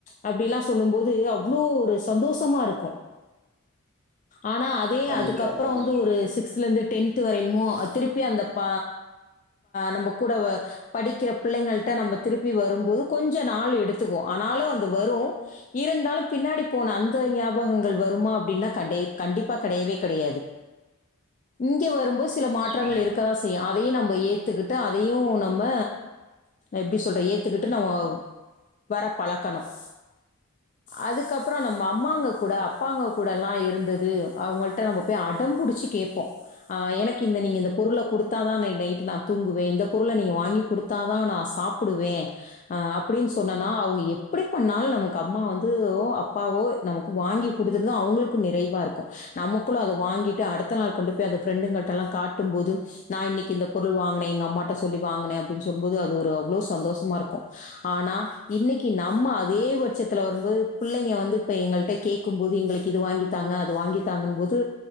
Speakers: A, on the left; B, in the centre.
A: அப்படி எல்லாம் சொல்லும் போது அவ்வளவு ஒரு சந்தோஷமா இருக்கும் ஆனா அதே
B: கண்டிப்பா
A: அதுக்கப்புறம்
B: தோழி.
A: வந்து ஒரு சிக்ஸ்துல இருந்து டென்த் வரையிலுமும் திருப்பி அந்த ப நம்ம கூட படிக்கிற பிள்ளைங்கள நம்ம திருப்பி வரும்போது கொஞ்சம் நாள் எடுத்துக்கும் ஆனாலும் அ வரும் இருந்தாலும் பின்னாடி போன அந்த ஞாபகங்கள் வருமா அப்படின்ன கண்டிப்பா கெடையவே கெடையாது இங்க வரும்போது சில மாற்றங்கள்
B: கண்டி-
A: இருக்க தான் செய்யும் அது அதையும் நம்ம ஏத்துக்கிட்டு அதையும் நம்ம எப்படி சொல்ற ஏத்துக்கிட்டு நம்ம வர பழக்கணும் அதுக்கப்புறம் நம்ம அம்மாங்க கூட அப்பாங்க கூடலாம் இருந்தது அவங்கள்ட நம்ம போய் அடம் பிடிச்சி கேட்போம் எனக்கு இந்த நீங்கள் இந்த பொருளை கொடுத்தாதா இன்னைக்கு நைட்டு நான் தூங்குவேன் இந்த பொருளை நீங்கள் வாங்கி கொடுத்தாதான் நான் சாப்பிடுவேன் அப்படின்னு சொன்னனா அவங்க எப்படி பண்ணாலும் நமக்கு அம்மா வந்து அப்பாவோ நமக்கு வாங்கி கொடுத்துருதான் அவங்களுக்கும் நிறைவா இருக்கும் நமக்குள்ள அதை வாங்கிட்டு அடுத்த நாள் கொண்டு போய் அதை ஃப்ரெண்டுங்களிட்ட எல்லாம் காட்டும் போது நான் இன்னைக்கு இந்த பொருள் வாங்கினேன் எங்க அம்மாட்ட சொல்லி வாங்கினேன் அப்படின்னு சொல்லபோது அது ஒரு அவ்வளவு சந்தோஷமா இருக்கும் ஆனா இன்னைக்கு நம்ம அதே பட்சத்துல வரும்போது பிள்ளைங்க வந்து இப்ப எங்களிட்ட கேட்கும் போது எங்களுக்கு இது வாங்கித்தாங்க அது வாங்கித்தாங்க போது